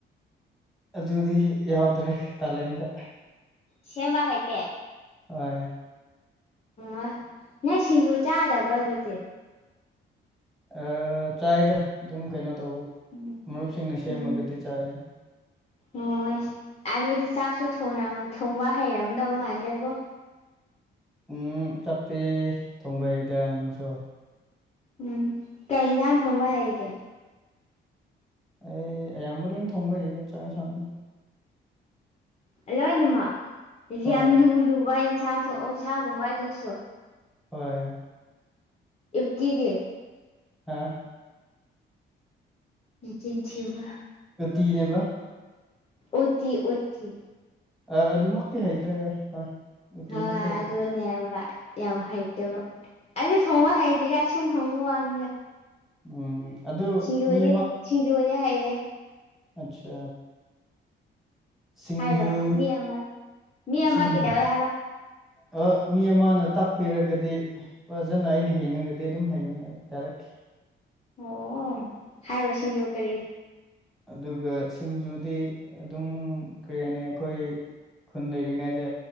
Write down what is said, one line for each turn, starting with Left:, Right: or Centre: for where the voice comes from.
Centre: ꯑꯗꯨꯗꯤ ꯌꯥꯎꯗ꯭ꯔꯦ ꯇꯥꯂꯦꯟꯗ
Left: ꯁꯦꯝꯕ ꯍꯩꯇꯦ
Centre: ꯍꯣꯏ
Left: ꯑꯣ ꯅꯪ ꯁꯤꯡꯖꯨ ꯆꯥꯗꯕ꯭ꯔꯣ ꯑꯗꯨꯗꯤ
Centre: ꯑ ꯆꯥꯏꯗ ꯑꯗꯨꯝ ꯀꯩꯅꯣ ꯇꯧꯕ
Left: ꯎꯝ
Centre: ꯃꯔꯨꯞꯁꯤꯡꯅ ꯁꯦꯝꯃꯒꯗꯤ
Left: ꯎꯝ
Centre: ꯆꯥꯏꯌꯦ
Left: ꯍꯣꯏꯁ ꯑꯗꯨꯗꯤ ꯆꯥꯛꯁꯨ ꯊꯣꯡꯔꯝ ꯊ‌ꯣꯡꯕ ꯍꯩꯔꯝꯗꯧ ꯃꯥꯟꯗꯦꯕꯣ
Centre: ꯎꯝ ꯆꯞꯄ‌ꯦ ꯊꯣꯡꯕ ꯍꯩꯗ ꯅꯪꯁꯨ
Left: ꯎꯝ ꯀꯩ ꯍꯤꯟꯁꯥꯡ ꯊꯣꯡꯕ ꯍꯩꯒꯦ
Centre: ꯑꯩ ꯑꯌꯥꯝꯕ ꯂꯣꯏ ꯊꯣꯡꯕ ꯍꯩꯗ ꯆꯥꯛ ꯏꯟꯁꯥꯡꯗꯤ
Left: ꯑ ꯂꯣꯏꯅꯃꯛ ꯌꯥꯝ
Centre: ꯍꯣꯏ
Left: ꯂꯨ ꯂꯨꯕ ꯏꯟꯁꯥꯡꯁꯨ ꯑꯣꯛꯁꯥꯥꯒꯨꯝꯕ ꯑꯗꯨꯁꯨ
Centre: ꯍꯣꯏ
Left: ꯎꯠꯇꯤꯗꯤ
Centre: ꯍꯥ
Left: ꯅꯆꯤꯟ ꯊꯤꯕ
Centre: ꯇꯨꯇꯤꯅꯦꯕ
Left: ꯎꯠꯇꯤ ꯎꯠꯇꯤ
Centre: ꯑ ꯑꯗꯨꯃꯛꯇꯤ ꯍꯩꯇ꯭ꯔꯦ ꯍꯣꯏ ꯎꯇꯤꯃꯛꯇꯤ
Left: ꯍ‌ꯣꯏ
Centre: ꯍꯩꯇꯦ
Left: ꯑꯗꯨꯅꯦꯕ ꯌꯥꯝ ꯍꯩꯇꯦꯕꯨ ꯑꯩꯁꯨ ꯊꯣꯡꯕ ꯍꯩꯇꯤꯗ ꯁꯨꯝ ꯍꯪꯕ ꯋꯥꯅꯤꯗ
Centre: ꯎꯝ ꯑꯗꯨ
Left: ꯁꯤꯡꯖꯨꯒꯗꯤ
Centre: ꯃꯤ
Left: ꯁꯤꯡꯖꯨꯗꯤ ꯍꯩꯌꯦ
Centre: ꯑꯆꯥ ꯁꯤꯡꯖꯨ
Left: ꯍꯥꯏꯔꯣ ꯃꯤ ꯑꯃ ꯃꯤ ꯑꯃ
Centre: ꯁꯤꯡꯖꯨ
Left: ꯀꯩꯗꯧꯋꯦ ꯍꯥꯏꯕ
Centre: ꯑ ꯃꯤ ꯑꯃꯅ ꯇꯥꯛꯄꯤꯔꯒꯗꯤ ꯐꯖꯅ ꯑꯩꯅ ꯍ‌ꯦꯡꯉꯒꯗꯤ ꯑꯗꯨꯝ ꯍꯩꯅꯤ ꯗꯥꯏꯔꯦꯛ
Left: ꯑꯣ ꯍꯥꯏꯔꯣ ꯁꯤꯡꯖꯨ ꯀꯔꯤ
Centre: ꯑꯗꯨꯒ ꯁꯤꯡꯖꯨꯗꯤ ꯑꯗꯨꯝ ꯀꯔꯤ ꯍꯥꯏꯅꯤ ꯑꯩꯈꯣꯏ ꯈꯨꯟ ꯂꯩꯔꯤꯉꯩꯗ